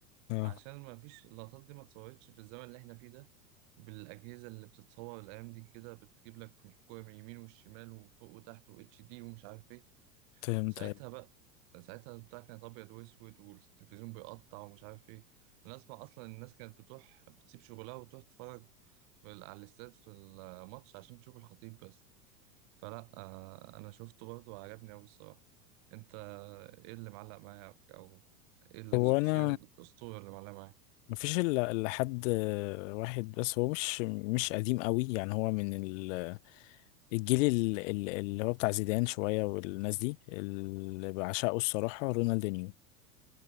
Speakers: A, on the left; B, on the right.
A: اه
B: عشان ما فيش اللقطات دي ما اتصورتش في الزمن اللي احنا فيه ده بالاجهزه اللي بتتصور الايام دي كده بتجيب لك الكوره من اليمين والشمال ومن فوق وتحت واتش دي ومش عارف ايه
A: فهمت
B: ساعتها
A: أيوة.
B: بقى ساعتها البتاع كانت ابيض واسود والتلفزيون بيقطع ومش عارف ايه انا اسمع اصلا الناس كانت بتروح بتسيب شغلها وتروح تتفرج في ال- على الاستاد في الماتش عشان تشوف الخطيب بس فلا آه، انا شفته برضه وعجبني قوي الصراحه انت ايه اللي معلق معاك او ايه الشخصيه
A: هو انا
B: الاسطوره اللي معلقه معاك
A: مفيش الا إلا حد واحد بس هو مش مش قديم قوي يعني هو من ال- الجيل ال- ال- اللي هو بتاع زيدان شوية والناس دي اللي بعشقه الصراحة رونالدينيو